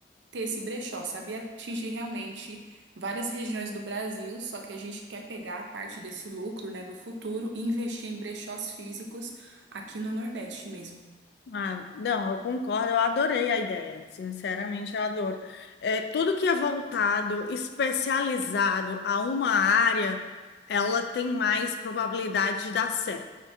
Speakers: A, on the right (about 85°); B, on the left (about 65°).
A: ter esse brechó, sabe? E atingir realmente várias regiões do Brasil. Só que a gente quer pegar a parte desse lucro, né, no futuro e investir em brechós físicos aqui no Nordeste mesmo.
B: Ah, não, eu concordo, eu adorei a ideia, sinceramente eu adoro. É, tudo que é voltado, especializado a uma área, ela tem mais probabilidade de dar certo.